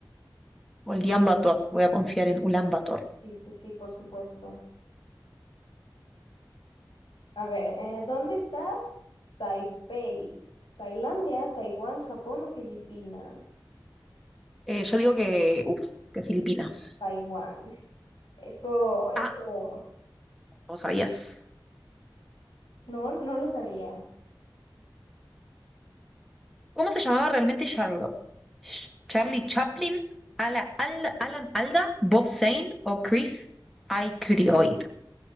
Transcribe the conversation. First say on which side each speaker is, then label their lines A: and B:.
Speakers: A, in the centre; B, on the left.
A: Ulan Bator. Voy a confiar en Ulan Bator.
B: Sí, sí, sí, por supuesto. A ver, eh, ¿dónde está Taipei? ¿Tailandia, Taiwán, Japón o Filipinas? Supongo
A: Eh, yo digo que, uf, que Filipinas.
B: Taiwán. Eso, eso,
A: Ah, no sabías.
B: no, no lo sabía.
A: ¿Cómo se llamaba realmente Charlotte? Sh- ¿Charlie Chaplin, Ala- Al- Alan Alda, Bob Zane o Chris Aykroyd?